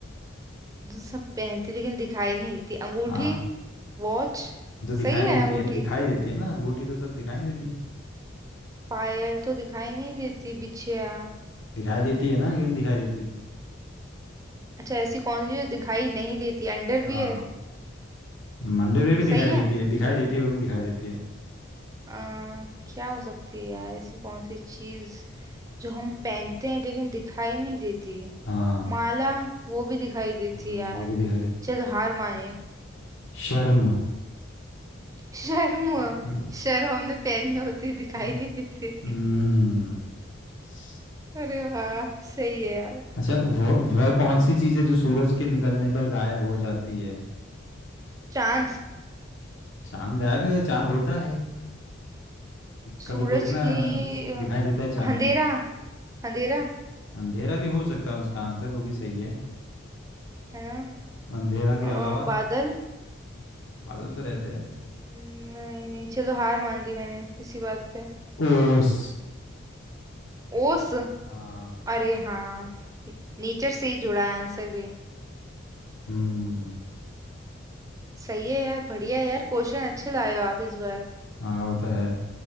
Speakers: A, on the right (about 15°); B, on the left (about 75°).
A: जो सब पहनते लेकिन दिखाई नहीं देती अंगूठी
B: हाँ
A: वॉच
B: तो दिखाई
A: सही
B: देती
A: है अंगूठी
B: है दिखाई देती है ना अंगूठी तो सब दिखाई नहीं देती
A: पायल तो दिखाई नहीं देती बिछिया
B: दिखाई देती है ना क्यों नहीं दिखाई देती
A: अच्छा ऐसी कौन सी जो दिखाई नहीं देती अंडरवियर
B: हाँ मंदिर में भी दिखाई
A: सही है
B: देती है दिखाई देती है वो भी दिखाई देती है
A: आ, क्या हो सकती है यार ऐसी कौन सी चीज जो हम पहनते हैं लेकिन दिखाई नहीं देती
B: हाँ
A: माला वो भी दिखाई देती
B: हम्म,
A: है यार
B: वो भी दिखाई देती
A: चलो
B: है
A: हार माने
B: शर्म
A: शर्म
B: हम्म,
A: शर्म हमने पहनी होती दिखाई
B: हम्म,
A: नहीं देती
B: हम्म, स-
A: अरे वाह सही है यार
B: अच्छा वह वह कौन सी चीज़ है जो सूरज के निकलने पर गायब हो जाती है
A: चांद
B: चांद गायब नहीं होता चांद होता है कभी
A: सूरज
B: देखना
A: की
B: स-
A: अ,
B: दिखाई देता है चांद
A: अंधेरा
B: हमें
A: अंधेरा
B: अंधेरा भी हो सकता है उसका आंसर वो भी सही है
A: है ना
B: अंधेरा के अलावा
A: अ, बादल
B: बादल तो रहते हैं
A: नहीं नहीं, चलो हार मान ली मैंने इसी बात पे
B: ओस
A: ओस
B: हाँ
A: अरे हाँ नेचर से ही जुड़ा है आंसर भी
B: हम्म
A: सही है यार बढ़िया है यार क्वेश्चन अच्छे लाए हो आप इस बार
B: हाँ वो तो है